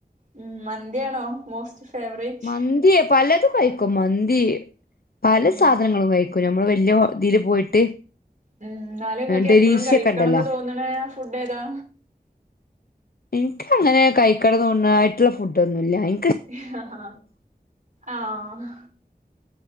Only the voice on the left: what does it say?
മന്തി പലതും കഴിക്കും മന്തി പല
സാധനങ്ങളും കഴിക്കും നമ്മള് വല്യ ഇതിൽ പോയിട്ട്
ഡെലീഷ്യൊക്കെ
ഉണ്ടല്ലോ
ഇനിക്ക് അങ്ങനെ കഴിക്കടന്നൊന്ന ആയിട്ടുള്ള ഫുഡ്ൊന്നുല്ല എ